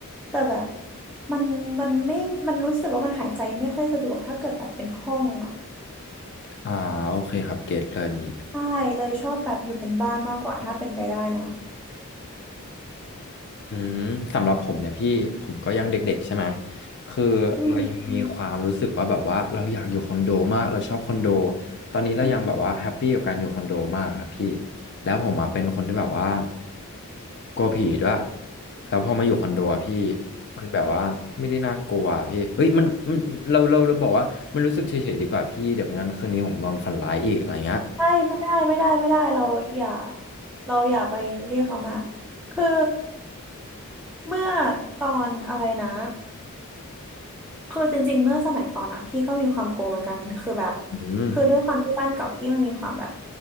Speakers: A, in the centre; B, on the left.
A: แต่แบบมันมันไม่มันรู้สึกว่ามันหายใจไม่ค่อยสะดวกถ้าเกิดแบบเป็นห้องอะ
B: อ่าโอเคครับเก็ตเลยอันนี้
A: ใช่เลยชอบแบบอยู่เป็นบ้านมากกว่าถ้าเป็นไปได้นะ
B: อืมสำหรับผมเนี่ยพี่ผมก็ยังเด็กๆใช่ไหมคือเรายังมีความรู้สึกว่าแบบว่าเราอยากอยู่คอนโดมากเราชอบคอนโด
A: อืม
B: ตอนนี้เรายังแบบว่าแฮปปี้กับการอยู่คอนโดมากครับพี่แล้วผมอ่ะเป็นคนที่แบบว่ากลัวผีด้วยแล้วพอมาอยู่คอนโดอะพี่มันแบบว่าไม่ได้น่ากลัวอะพี่เอ้ยมันมันเราเราเราบอกว่ามันรู้สึกเฉยๆดีกว่าพี่เดี๋ยวไม่งั้นคืนนี้ผมนอนฝันร้ายอีกอะไรเงี้ย
A: ใช่ไม่ได้ไม่ได้ไม่ได้เราอย่าเราอย่าไปเรียกเขามาคือเมื่อตอนอะไรนะคือจริงๆเมื่อสมัยก่อนอ่ะพี่ก็มีความโกงเหมือนกันคือแบบ
B: อืม
A: คือด้วยความที่บ้านเก่าพี่มันมีความแบบ